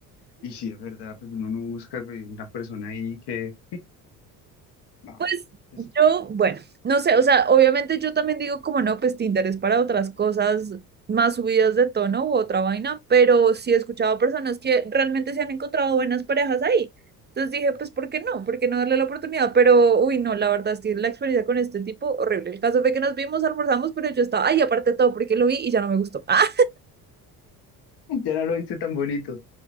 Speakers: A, on the left; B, on the right.
A: Y sí, es verdad, pues uno no busca pues, una persona ahí que, no,
B: Pues
A: pues,
B: yo, bueno, no sé, o sea, obviamente yo también digo como no, pues Tinder es para otras cosas más subidas de tono u otra vaina, pero sí he escuchado a personas que realmente se han encontrado buenas parejas ahí. Entonces dije, pues, ¿por qué no? ¿Por qué no darle la oportunidad? Pero, uy, no, la verdad es que la experiencia con este tipo, horrible. El caso fue que nos vimos, almorzamos, pero yo estaba, ay, aparte de todo, porque lo vi y ya no me gustó. <laughs> Ah,
A: ya no lo viste tan bonito.